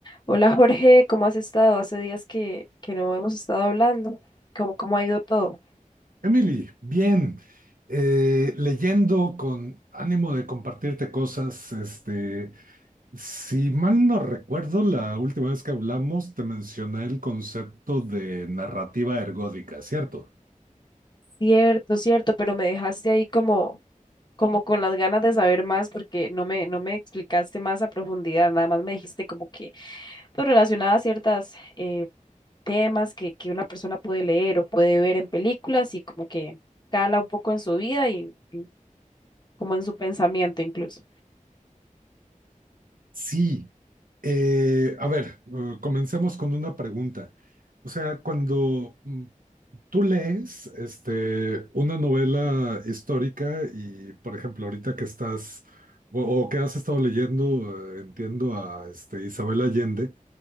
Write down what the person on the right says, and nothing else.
Emily, bien, eh, leyendo con ánimo de compartirte cosas, este, si mal no recuerdo, la última vez que hablamos te mencioné el concepto de narrativa ergódica, ¿cierto?
Sí. Eh, a ver, eh, comencemos con una pregunta. O sea, cuando mm, Tú lees este, una novela histórica y, por ejemplo, ahorita que estás o, o que has estado leyendo, eh, entiendo a este, Isabel Allende,